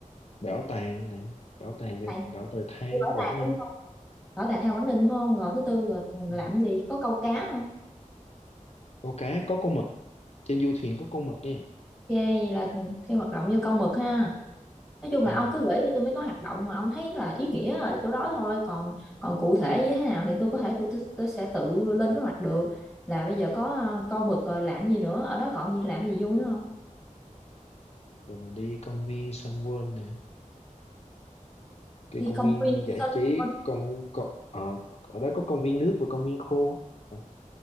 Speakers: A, on the left; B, in the centre.
A: bảo tàng này bảo tàng về
B: tại
A: bảo tàng than
B: đi bảo tàng
A: Quảng
B: đúng
A: Ninh
B: không bảo tàng theo Quảng Ninh phải không rồi thứ tư là
A: Ừ.
B: làm gì có câu cá không
A: câu cá có con mực trên du thuyền có con mực nha
B: ok vậy là thêm hoạt động vô câu mực ha nói chung
A: ừ.
B: là ông cứ gửi cho tôi mấy có hoạt động mà ông thấy là ý nghĩa ở chỗ đó thôi còn còn cụ thể như thế nào thì tôi có thể tôi, tôi, tôi sẽ tự lên kế hoạch được là bây giờ có ờ, câu mực rồi làm gì nữa ở đó còn gì làm gì vui nữa không
A: rồi mình đi công viên Sun World nè cái
B: đi
A: công
B: công
A: viên
B: viên sân
A: giải trí
B: vân
A: công, công ờ, ở đó có công viên nước và công viên khô Ờ,